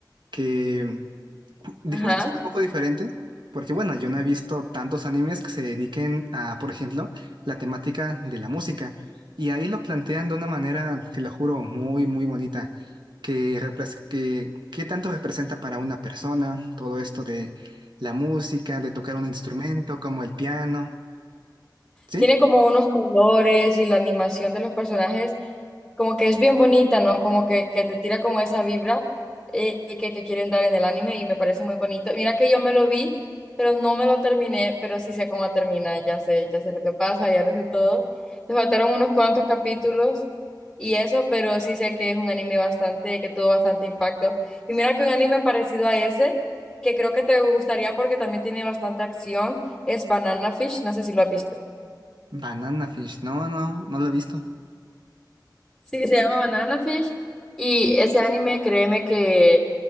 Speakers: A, on the right; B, in the centre.
A: que, digamos
B: Ajá.
A: que es un poco diferente, porque bueno, yo no he visto tantos animes que se dediquen a, por ejemplo, la temática de la música. Y ahí lo plantean de una manera, te lo juro, muy, muy bonita que, repres- que, qué tanto representa para una persona todo esto de la música, de tocar un instrumento como el piano, ¿sí?
B: Tiene como unos colores y la animación de los personajes, como que es bien bonita, ¿no? Como que, que te tira como esa vibra eh, que, que quieren dar en el anime y me parece muy bonito. Mira que yo me lo vi, pero no me lo terminé, pero sí sé cómo termina, ya sé, ya sé lo que pasa, ya lo sé todo. Me faltaron unos cuantos capítulos y eso, pero sí sé que es un anime bastante, que tuvo bastante impacto. Y mira que un anime parecido a ese. que creo que te gustaría porque también tiene bastante acción, es Banana Fish, no sé si lo has visto.
A: Banana Fish, no, no, no lo he visto.
B: Sí, se llama Banana Fish. Y ese anime, créeme que